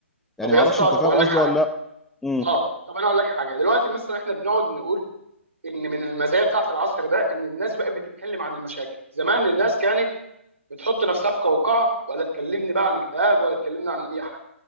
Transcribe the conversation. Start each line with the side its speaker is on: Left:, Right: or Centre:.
Centre: يعني
Right: طب يا
Centre: ما اعرفش
Right: اسطى
Centre: انت
Right: طب
Centre: فاهم
Right: اقول
Centre: قصدي
Right: لك حاجه
Centre: ولا لا امم
Right: اه طب انا اقول لك حاجه دلوقتي مثلا احنا بنقعد نقول ان من المزايا بتاعه العصر ده ان الناس بقت بتتكلم عن المشاكل زمان الناس كانت بتحط نفسها في قوقعه ولا تكلمني بقى عن اكتئاب ولا تكلمني عن اي حاجه